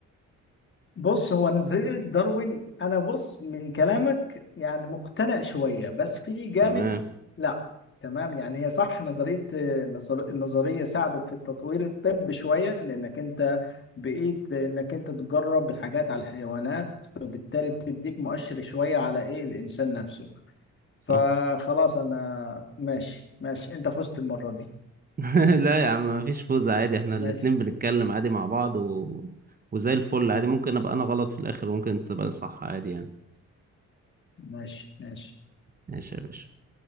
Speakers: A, on the left; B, on the right.
A: بص هو نظرية داروين انا بص من كلامك يعني مقتنع شوية بس في جانب
B: تمام
A: لا تمام يعني هي صح نظرية نظر- النظرية ساعدت في تطوير الطب شوية لانك انت بقيت انك انت تجرب الحاجات على الحيوانات فبالتالي بتديك مؤشر شوية على ايه الانسان نفسه
B: صح
A: فخلاص انا ماشي ماشي انت فزت المرة دي
B: <laughs> لا يا عم مفيش فوز عادي احنا
A: ماشي
B: الاتنين بنتكلم عادي مع بعض و... وزي الفل عادي ممكن ابقى انا غلط في الاخر وممكن انت تبقى صح عادي يعني
A: ماشي ماشي
B: ماشي يا باشا